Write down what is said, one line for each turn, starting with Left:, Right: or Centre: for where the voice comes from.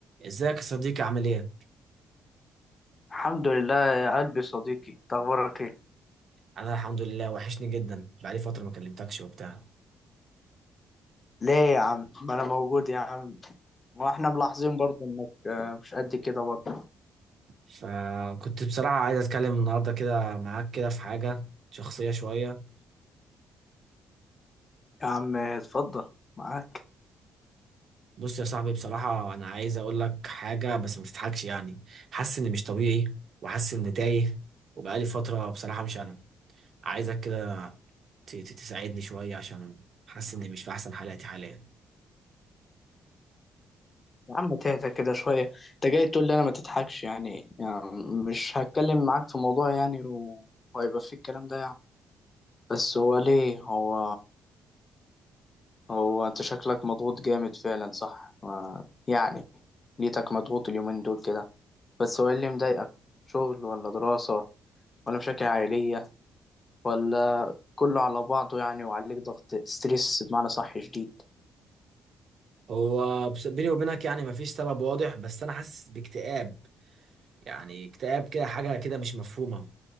Right: ازيك يا صديقي عامل ايه؟
Left: الحمد لله يا قلبي صديقي إنت اخبارك ايه
Right: انا الحمد لله وحشني جدا بقالي فترة ما كلمتكش وبتاع
Left: ليه يا عم ما انا <laughs> موجود يا عم واحنا ملاحظين برضه انك آه، مش قد كده برضه
Right: فكنت بصراحة عايز اتكلم النهاردة كده معاك كده في حاجة شخصية شوية
Left: يا عم اتفضل معاك
Right: بص يا صاحبي بصراحة انا عايز اقول لك حاجة بس ما تضحكش يعني حاسس اني مش طبيعي وحاسس اني تايه وبقالي فترة بصراحة مش انا عايزك كده ت- ت- تساعدني شوية عشان حاسس اني مش في احسن حالاتي حاليا
Left: يا عم تهدى كده شويه انت جاي تقول لي انا ما تضحكش يعني, يعني مش هتكلم معاك في موضوع يعني و- وهيبقى فيه الكلام ده يعني بس هو ليه هو هو انت شكلك مضغوط جامد فعلا صح آه، يعني ليتك مضغوط اليومين دول كده بس هو إيه اللي مضايقك شغل ولا دراسة ولا مشاكل عائلية ولا كله على بعضه يعني وعليك ضغط ستريس بمعنى صح شديد
Right: هو بس- بيني وبينك يعني مفيش سبب واضح بس انا حاسس باكتئاب يعني اكتئاب كده حاجة كده مش مفهومة